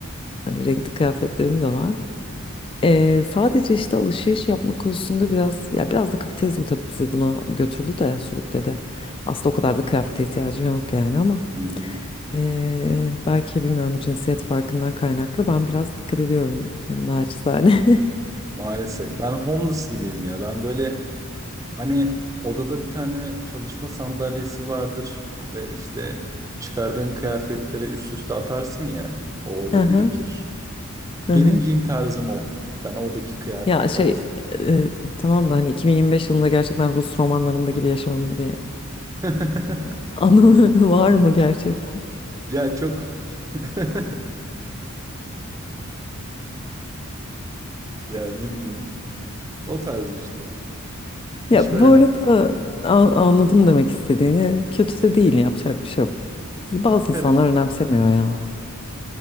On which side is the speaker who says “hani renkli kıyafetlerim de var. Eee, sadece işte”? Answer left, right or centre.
Left